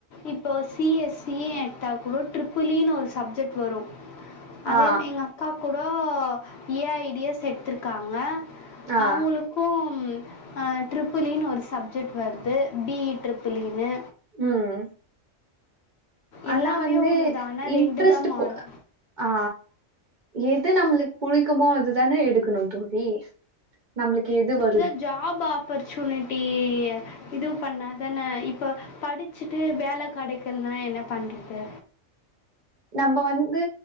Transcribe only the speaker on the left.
இப்போ சி எஸ் சி எட்த்தா கூடோ ட்ரிப்புள் ஈ னு ஒரு சப்ஜெக்ட் வரு அதேம்
எங்கக்கா கூடோ ஏ ஐ டி எஸ் எட்த்துருக்காங்க
அவுங்குளுக் கும் அ ட்ரிப்புள் ஈ னு ஒரு சப்ஜெக்ட் வருது பி இ ட்ரிப்புள் ஈ னு
எல்லாமே
ஒன்று தான் ஆனால்
ரெண்டு தான் மாறும்
த ஜாப் ஆப்பர்ச்சுனிட்டிய இதுவு பண்ணாதான இப்ப படிச்சுட்டு வேல கெடைக்கல்னா என்னப் பண்றது